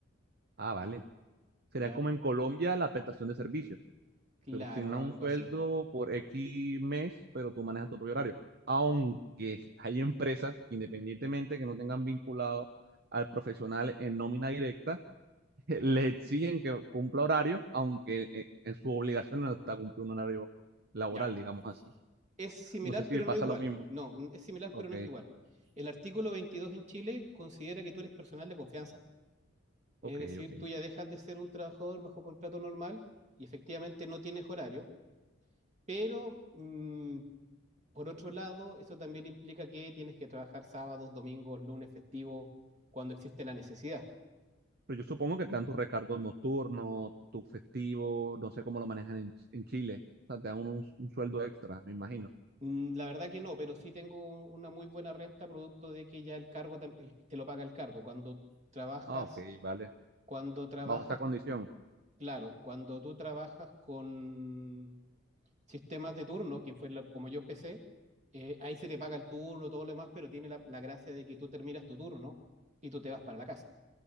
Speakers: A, on the right; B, on the right.
A: Ah, vale. Sería
B: Ya,
A: como en Colombia la prestación de servicio.
B: claro,
A: Te asignan
B: algo
A: un sueldo
B: así.
A: por X mes, pero tú manejas tu propio horario. Aunque hay empresas, independientemente que no tengan vinculado al profesional en nómina directa, <laughs> le exigen que cumpla horario, aunque eh, en su obligación no está cumplir un horario laboral,
B: Ya,
A: digamos así.
B: es similar
A: No sé si
B: pero
A: le pasa
B: no igual.
A: lo mismo.
B: No, es similar
A: Ok,
B: pero no es igual. El artículo 22 en Chile considera que tú eres personal de confianza. Es
A: ok,
B: decir,
A: ok.
B: tú ya dejas de ser un trabajador bajo contrato normal y efectivamente no tienes horario, pero mm, Por otro lado, eso también implica que tienes que trabajar sábados, domingos, lunes, festivos, cuando existe la necesidad.
A: Pero yo supongo que te dan tus recargos nocturnos, tus festivos, no sé cómo lo manejan en, Ch- en Chile. O sea, te dan un, un sueldo extra, me imagino.
B: Mm, La verdad que no, pero sí tengo un- una muy buena renta producto de que ya el cargo tam- el- te lo paga el cargo. Cuando trabajas,
A: Ah, ok, vale.
B: cuando trabajas,
A: Bajo esa condición.
B: claro, cuando tú trabajas con sistemas de turno, que fue la- como yo empecé, eh, ahí se te paga el turno, todo lo demás, pero tiene la, la gracia de que tú terminas tu turno y tú te vas para la casa.